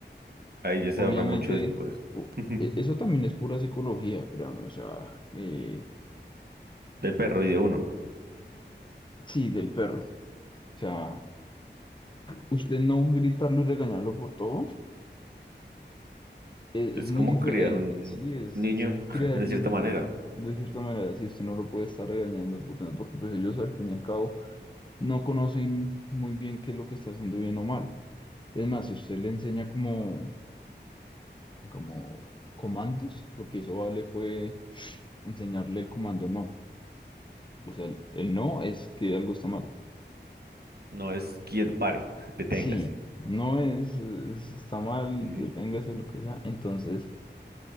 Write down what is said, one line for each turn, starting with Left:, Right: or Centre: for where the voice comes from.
Right: ahí ya se
Left: Obviamente,
Right: ahorra mucho después
Left: o-
Right: Ujú.
Left: e- eso también es pura psicología, créame, o sea, eh,
Right: del perro y de uno.
Left: sí, del perro. O sea, usted no gritarlo y regañarlo por todo es, es
Right: Es
Left: muy
Right: como
Left: diferente,
Right: criar un
Left: sí, es,
Right: un niño
Left: es
Right: <laughs>
Left: crear
Right: de
Left: un,
Right: cierta manera.
Left: un- de cierta manera, si usted no lo puede estar regañando, puta, porque pues ellos al fin y al cabo no conocen muy bien qué es lo que está haciendo bien o mal. Es más, si usted le enseña como, como comandos, lo que hizo Vale fue enseñarle el comando no. O sea, el, el no es que algo está mal.
Right: No es quieto, pare, <laughs> deténgase.
Left: Sí, no es, es- está mal,
Right: Sí.
Left: deténgase lo que sea. Entonces,